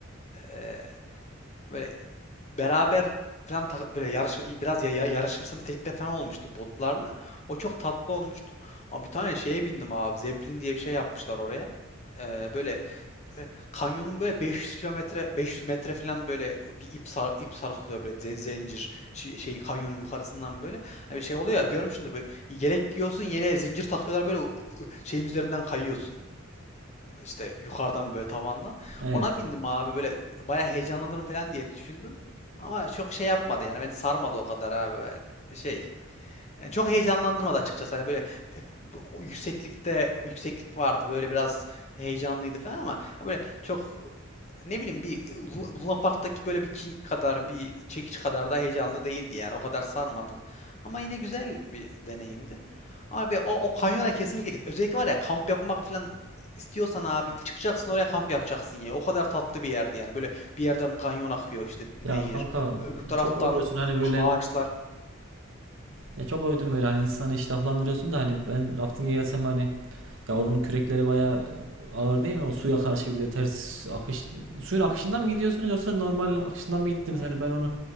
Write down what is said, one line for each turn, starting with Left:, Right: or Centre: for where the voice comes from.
Left: E, Böyle beraber falan tak- böyle yarış biraz ya, ya- yarışımsı nitelikte falan olmuştu botlarla. O çok tatlı olmuştu. Ama bir tane şeye bindim abi. Zeppelin diye bir şey yapmışlar oraya. Ee, böyle e, kanyonun böyle 500 kilometre 500 metre falan böyle bir ip sar, ip sarkılıyor böyle ze- zincir şey, şey kanyonun yukarısından böyle. Hani şey oluyor ya görmüşsündür böyle yelek giyiyorsun yeleğe zincir takıyorlar böyle o- o şeyin üzerinden kayıyorsun işte yukarıdan böyle tavandan.
Right: Evet.
Left: Ona bindim abi böyle bayağı heyecanlanırım falan diye düşündüm. Ama çok şey yapmadı yani beni sarmadı o kadar abi. Şey yani çok heyecanlandırmadı açıkçası. Hani böyle e, bu- o yükseklikte yükseklik vardı. Böyle biraz heyecanlıydı falan ama hani böyle çok e, ne bileyim bir Lu- Luna Park'taki böyle bir King kadar bir çekiç kadar da heyecanlı değildi yani. O kadar sarmadı. Ama yine güzel bir deneyimdi. Ama be, o, o kanyona kesinlikle git. Özellikle var ya kamp yapmak falan istiyorsan abi çıkacaksın oraya kamp yapacaksın ya. O kadar tatlı bir yerdi yani. Böyle bir yerden kanyon akıyor işte nehir.
Right: Ya kanka
Left: Öbür taraftan
Right: çok övüyorsun hani böyle
Left: ağaçlar.
Right: Ya çok övdüm böyle hani insanı iştahlandırıyorsun da hani ben rafting'e gelsem hani ya oranın kürekleri bayağı ağır değil mi? O suya karşı bir de ters akış suyun akışından mı gidiyorsunuz yoksa normal akışından mı gittiniz?
Left: Ay,
Right: Hani ben onu